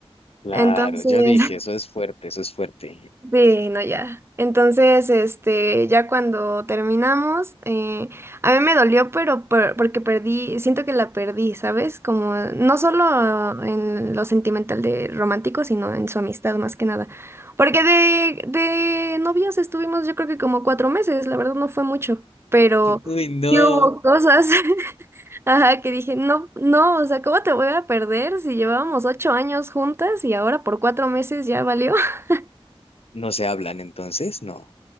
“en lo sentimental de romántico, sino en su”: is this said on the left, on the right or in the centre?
Right